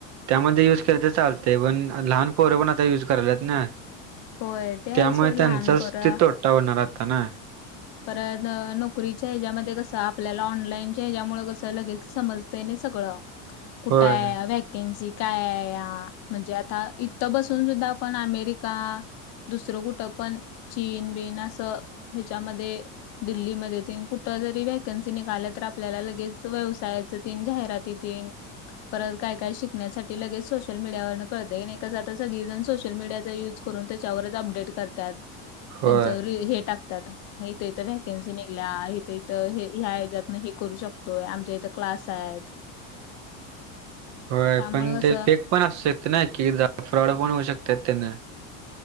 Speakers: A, on the right; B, on the left.
A: त्यामध्ये युज केले तर चालते पण लहान. पोर पण आता युज करायला ना,
B: होय ते आहे
A: त्यामुळे
B: सोड लहान
A: त्यांचच
B: पोरं
A: ते तोट. तोटा होणार आता ना.
B: परत नोकरीच्या हेज्यामध्ये कसं आप आपल्याला ऑनलाईन हेच्यामुळे कसं लगेच, समजतंय नी सगळ कुठंय.
A: होय
B: वॅकेन्सी काय म्हणजे, आता इथं बसून सुद्धा आपण अमेरिका. दुसरं कुठं पण चीन बिन असं हेच्यामध्ये. दिल्लीमध्ये तेन कुठं जरी व्हॅकन्सी निघाल्या तर, आपल्याला लगेच व्यवसायाच्या तेन जाहिराती तेन. परत काय काय शिकण्यासाठी लगेच सोशल मीडियावर कळतंय नी, आता कसं सगळी जण सोशल मीडिया युज. करून त्यांच्यावरच अपडेट करत्यात,
A: होय
B: त्यांचावर हे टाकतात. इथं इथं व्हॅकन्सी निघल्या, इथं इथं ह्या हेच्यातन हे करू शकतोय. आमच्या इथं क्लास आहेत.
A: <inaudible> होय
B: त्यामुळे
A: पण
B: कसं
A: ते फेक पण असू शकते ना की, फ्रॉड पण होऊ शकते तेन.